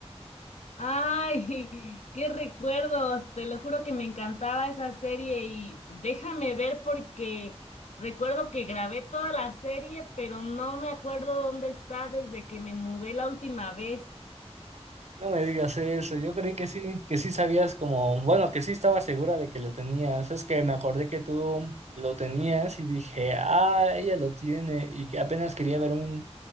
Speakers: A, on the left (about 85°); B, on the right (about 85°).
A: Ay, <laughs> qué recuerdos. Te lo juro que me encantaba esa serie y déjame ver porque recuerdo que grabé toda la serie, pero no me acuerdo dónde está desde que me mudé la última vez.
B: No me digas eso, yo creí que sí, que sí sabías como, bueno, que sí estaba segura de que lo tenías. Es que me acordé que tú lo tenías y dije, ah, ella lo tiene y que apenas quería ver un